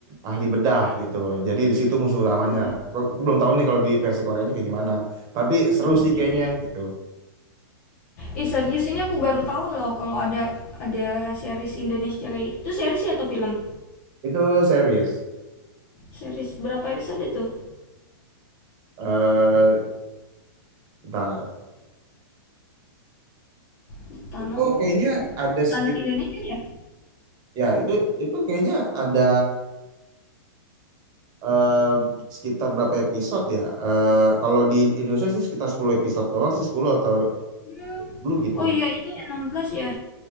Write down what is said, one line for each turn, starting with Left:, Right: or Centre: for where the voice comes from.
Right: ahli bedah gitu jadi di situ musuh utamanya
Left: iya.
Right: aku, aku belum tahu nih kalau di versi Koreanya kayak gimana tapi seru sih
Left: Iya.
Right: kayaknya gitu
Left: Eh serius ini aku baru tahu loh kalau ada ada series Indonesia kayak gitu. Itu series ya atau film?
Right: Itu series,
Left: Series berapa episode tuh?
Right: Eh, bentar.
Left: The Tunnel
Right: Itu kayaknya ada
Left: The Tunnel
Right: sekit
Left: Indonesia ya?
Right: ya itu itu kayaknya ada eh, sekitar berapa episode ya? Eh, kalau di Indonesia sih sekitar 10 episode doang sih 10 atau
Left: Hmm.
Right: 10 gitu.
Left: Oh iya ini 16 ya.